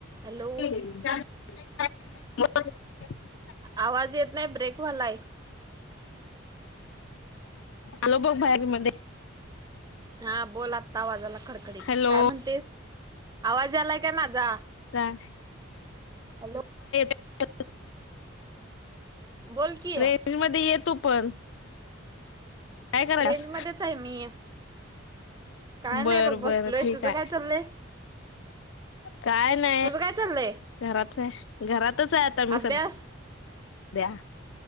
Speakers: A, on the right; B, on the left.
A: Hello
B: <unintelligible>
A: आवाज येत नाही ब्रेक व्हलाय.
B: आलो बघ बाहेरी मध्ये
A: हा बोल आता आवाज आला. खडखडीत,
B: हॅलो
A: काय म्हणतेस, आवाज यालाय काय माझा?
B: काय
A: हॅलो
B: <unintelligible>
A: बोल की
B: रेंज मध्ये ये तु पण. काय करायल्यास?
A: रेंज मध्येच आहे मी काय नाही
B: बर
A: बघ बसलोय
B: बर ठीक
A: तुझं
B: आहे.
A: काय चाललंय
B: काय नाही
A: तुझं काय चाललंय
B: घरात आहे घरातच आहे आता मी
A: अभ्यास
B: सध ध्या.